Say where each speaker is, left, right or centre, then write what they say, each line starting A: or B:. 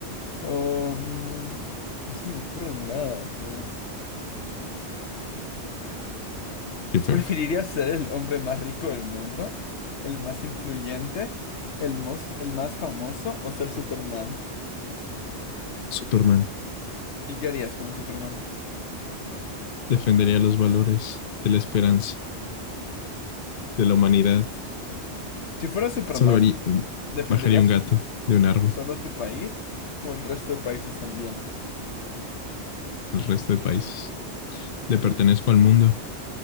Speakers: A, on the left; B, on the left.
A: Oh, mm, no se me ocurre nada, bro.
B: Qué feo.
A: ¿Preferirías ser el hombre más rico del mundo? ¿El más influyente? ¿El más, el más famoso? ¿O ser Superman?
B: Superman
A: ¿Y qué harías como Superman?
B: defendería los valores de la esperanza, de la humanidad.
A: Si fueras Superman,
B: Salvaría, mm,
A: ¿defenderías
B: bajaría un gato de un árbol
A: solo tu país o el resto de países también?
B: al resto de países. Le pertenezco al mundo.